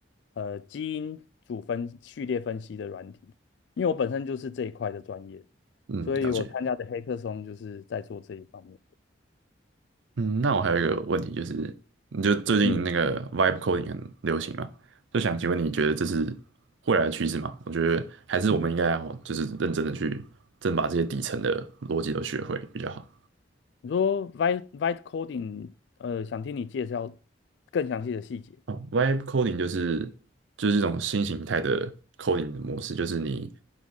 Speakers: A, on the left; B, on the right.
A: 呃基因组分序列分析的软体。因为我本身就是这一块的专业，
B: 嗯，
A: 所以我参加的黑客松就是在做这一方面的。
B: 了解。嗯，那我还有一个问题就是，你就最近那个
A: 嗯，
B: vibe coding 很流行嘛，就想请问你觉得这是未来的趋势吗？我觉得还是我们应该要就是认真的去，真的把这些底层的逻辑都学会比较好。
A: 你说 Vite Vite Coding，呃，想听你介绍更详细的细节。
B: 哦，vibe coding 就是就是一种新形态的 coding 的模式，就是你